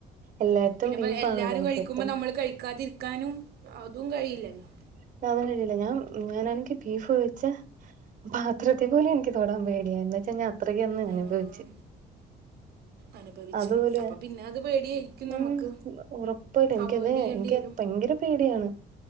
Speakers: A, on the right; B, on the right.
A: എല്ലായിടത്തും
B: പിന്നെപ്പോ
A: ബീഫാണല്ലോ
B: എല്ലാരും
A: മിക്കയിടത്തും
B: കഴിക്കുമ്പോ നമ്മള് കഴിക്കാതിരി ക്കാനും അതും കഴിയില്ലല്ലോ
A: ഇതാവാൻ കഴിയില്ല ഞാൻ ഞാനാണെങ്കിം ബീഫ് വെച്ചാ പാത്രത്തി പോലും എനിക്ക് തൊടാൻ പേടിയാ എന്ന് വച്ചാ ഞാൻ അത്രക്ക് ഒന്ന് അനുഭവിച്ചു
B: ആഹ് അനുഭവിച്ചും
A: അതുപോലെ
B: അപ്പൊ പിന്നെ അത് പേടിയായിരിക്കും
A: ഉം
B: നമുക്ക്
A: ഉറപ്പായിട്ടും എനിക്കത്
B: അവോയ്ഡ് ചെയ്യേണ്ടി
A: എനിക്ക്
B: വരും
A: അത് ഭയങ്കര പേടിയാണ്